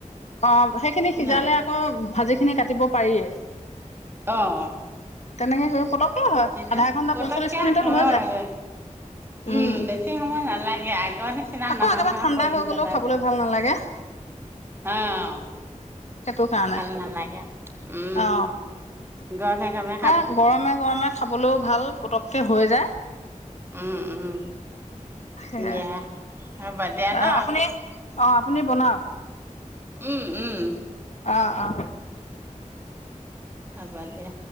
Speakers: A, on the left; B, on the right.
A: অ'- সেইখিনি সিজালে
B: ন
A: আকৌ ভাজি খিনি কাট তিব পাৰিয়ে।
B: অ'-
A: তেনেকে কৰি পতক্‌কে হয়,
B: তেতিয়া
A: আধা ঘন্টা,
B: পতককে
A: পঞ্চল্লিশ মিনিটত
B: হয়
A: হৈ যায়।
B: উম
A: উম্‌।
B: বেছি সময় নালাগে আগৰ নিচিনা
A: আকৌ
B: নহয়
A: একেবাৰে
B: নহয়
A: ঠাণ্ডা
B: খৰি
A: হৈ
B: জ্বলাই
A: গ'লেও খাবলৈ
B: জ্বলাই
A: ভাল নালাগে।
B: অ'
A: সেইটো কাৰণে
B: ভাল নালাগে। উম্‌-গৰমে
A: অ
B: গমে
A: এ' গৰমে গৰমে খাব লেও ভাল। পতক্‌কে হৈ যায়।
B: উম্‌ উম্‌-
A: সেয়াই
B: দিয়া, হব দিয়া
A: বাৰু
B: ন?
A: আপুনি অ', আপুনি বনাওক।
B: উম উম
A: অ'- অ।
B: হব দিয়া।